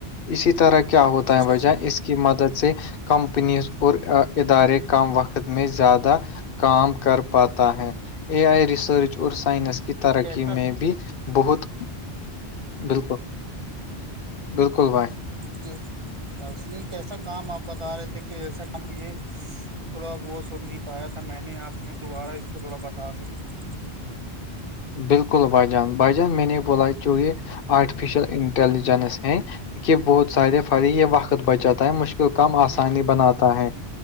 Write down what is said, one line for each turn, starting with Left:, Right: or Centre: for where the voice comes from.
Left: اسی طرح کیا ہوتا
Right: اچھا
Left: ہے بجہ
Right: جی
Left: اس کی مدد سے کمپنیز اور ادارے کم وقت میں زیادہ کام کر پاتا ہے اے آئی ریسرچ اور سائنس کے
Right: کیسا
Left: میں بھی بہت بالکل بالکل بھائی
Right: جی جی بس نہیں کیسا کام آپ بتا رہے تھے کہ ایسا کام یہ تھوڑا وہ سن نہیں پایا تھا میں نے آپ نے دوبارہ اس کو تھوڑا بتا سکتے ہیں
Left: بالکل بائی جان بائی جان میں نے بولا چ یہ آرٹیفیشل انٹیلیجنس ہے کہ بہت سارے فری یہ وقت بچاتا ہے مشکل کم آسانی
Right: ہ
Left: بناتا ہے